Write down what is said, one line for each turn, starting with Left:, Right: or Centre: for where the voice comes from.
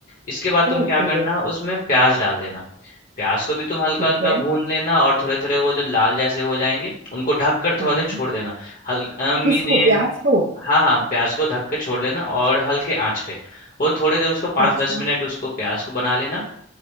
Left: इसके बाद तुम
Right: ओके
Left: क्या करना उसमें प्याज डाल देना प्याज को भी तुम हल्का
Right: ठीक
Left: हल्का
Right: है
Left: भून लेना और थोड़े थोड़े वो जब लाल जैसे हो जाएंगे उनको ढक कर
Right: हाँ
Left: थोड़ा देर
Right: हाँ
Left: छोड़ देना हल्का
Right: किसको
Left: ये
Right: प्याज को
Left: हाँ हाँ प्याज को ढक के छोड़ देना और हल्के आंच पे वो थोड़ी देर उसको पाँच
Right: अच्छा
Left: दस मिनट उसको प्याज को बना लेना